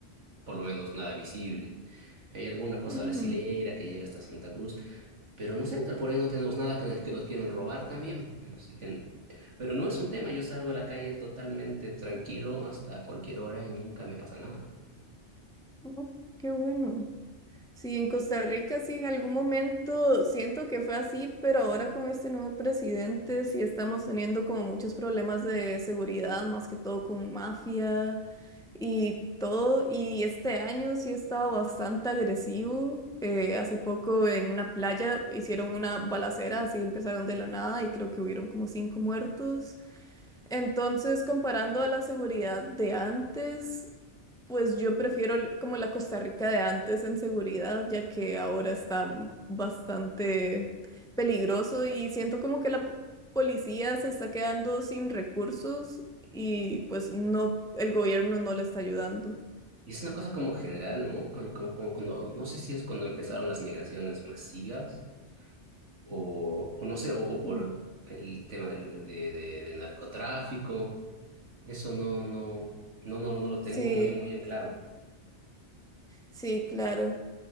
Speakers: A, on the right; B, in the centre.
A: por lo menos nada visible. Hay alguna cosa
B: ujú.
A: brasilera que llega hasta Santa Cruz, pero no sé, tal- por ahí no tenemos nada que, que nos quieren robar también. Así que, pero no es un tema, yo salgo a la calle totalmente tranquilo hasta cualquier hora y nunca me pasa nada.
B: Oh, qué bueno. Sí, en Costa Rica sí, en algún momento siento que fue así, pero ahora con este nuevo presidente sí estamos teniendo como muchos problemas de seguridad, más que todo con mafia y todo. Y este año sí ha estado bastante agresivo. Eh, hace poco en una playa hicieron una balacera, así empezaron de la nada y creo que hubieron como cinco muertos. Entonces, comparando a la seguridad de antes, pues yo prefiero l- como la Costa Rica de antes en seguridad, ya que ahora está m- bastante peligroso y siento como que la p- policía se está quedando sin recursos y pues no, el gobierno no le está ayudando.
A: Y es una cosa como general, ¿no? Como, como- como cuando, no sé si es cuando empezaron las migraciones masivas o, o no sé, o, o por
B: Mm.
A: el tema del, de- de- del narcotráfico. Eso no, no, no, no, no lo tengo
B: Sí,
A: muy, muy en claro.
B: sí, claro.